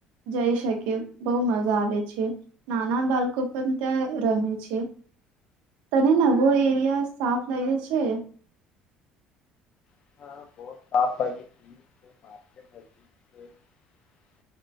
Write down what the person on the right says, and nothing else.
જઈ શકે બહુ મજા આવે છે નાના બાળકો પણ ત્યાં રમે છે તને નવો એરિયા સાફ લાગે છે.